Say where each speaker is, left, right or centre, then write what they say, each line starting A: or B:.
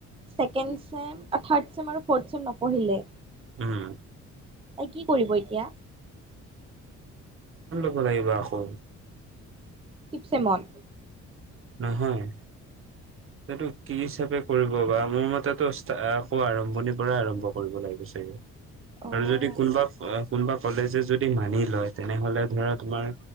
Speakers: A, on the right; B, on the right.
A: ছেকেণ্ড চেম থাৰ্ড চেম আৰু ফৰ্ট চেম নপঢ়িলে
B: উম
A: কি কৰিব এতিয়া?
B: কৰিব লাগিব আকৌ
A: ফিপচেমত
B: নহয়। সেইটো কি হিচাপে। কৰিব বা মোৰ মতে আকৌ আৰম্ভণিৰ পৰা আৰম্ভ কৰিব লাগিব চাগে।
A: অ'
B: আৰু যদি কোনোবা কোনোবা কলেজে যদি মানি লয় তেনেহ'লে ধৰা তোমাৰ